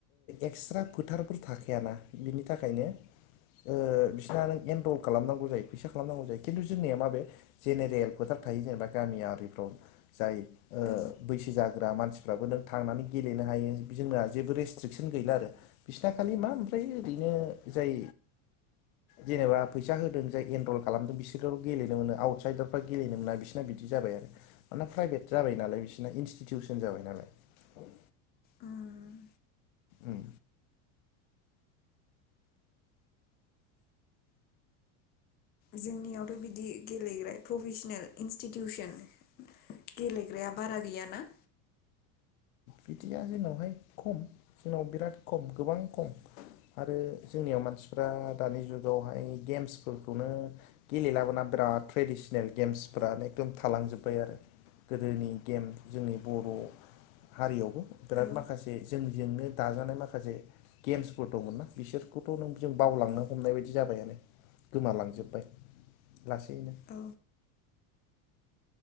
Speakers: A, on the left (about 75°); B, on the left (about 25°).
A: एक्सट्रा फोथारफोर थाखायायाना बिनि थाखायनो बिसोरना नों एनरल खालामनांगौ जायो फैसा खालामनांगौ जायो खिन्थु जोंनिया माबे जेनेरेल खथार थै ज मायााम जायो
B: औ
A: बैसो जागोन होग्रा मानसिफ्राबो नों थांनानै गेलेनो हायो जोंना जेबो रेस्ट्रिकसन गैला आरो बिसिना खालि मा ओमफ्रायो ओरैनो जाय जेनेबा फैसा होदों जाय एनरल खालामदों बिसोरल' गेलेनो मोनो आउटसाइदारफ्रा गेलेनो मोना बिसोरना बिदि जाबाय आरो मानोना प्राइभेट जाबाय नालाय बिसोरना इनस्टिटिउसन जाबाय नालाय
B: उम
A: उम
B: जोंनियावथ' बिदि गेलेग्रा प्रफेसनेल इन्स्टिटिउसन गेलेग्राया बारा गैयाना?
A: बिदिया जोंनावहाय खम जोंनाव बिराद खम गोबां खम आरो जोंनियाव मानसिफ्रा दानि जुगावहाय गेम्सफोरखौनो गेलेलाबोना बिराद ट्रेडिसनेल गेम्सफोराानो एखदम थालांजोब्बाय आरो गोदोनि गेम जोंनि बर' हारियावबो बिराद
B: औ
A: माखासे जोंजोंनो दाजानाय माखासे गेम्सफोर दंमोन ना बिसोरखौथ' नों जों बावलांनो
B: औ
A: हमनाय बायदि जाबायानो गोमालांजोबबाय लासैनो
B: औ